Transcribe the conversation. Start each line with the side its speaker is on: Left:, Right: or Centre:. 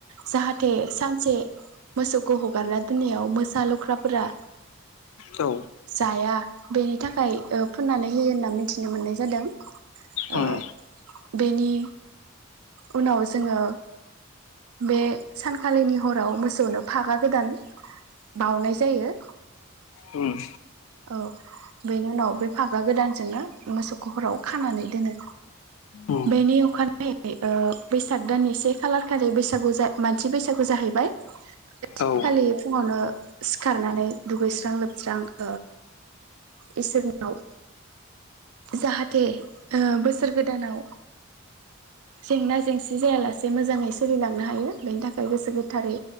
Right: जाहाथे सानसे मोसौखौ हगारना दोननायाव मोसा लख्राफोरा
Left: औ
Right: जाया बेनि थाखाय ओ फुननानै होयो होनना मो मिथिनो मोननाय जादों ओ
Left: उम
Right: बेनि उनाव जोङो बे सानखालिनि हराव मोसौनो फागा गोदान बाउनाय जायो।
Left: ओम।
Right: औ बेनि उनाव बे फागा गोदानजोंनो मोसौखौ हराव खानानै दोनो।
Left: उम
Right: बेनि अखा ओ बैसाग दाननि से खालार खालि बैसागु मानसि बैसागु जाहैबाय बै सानखालि
Left: औ
Right: फुङावनो सिखारनानै दुगैस्रां लोबस्रां ओ इसोरनाव जाहाथे ओ बोसोर गोदानाव जेंना जेंसि जायालासे मोजाङै सोलिलांनो हायो बेनि थाखाय गोसो गोथारै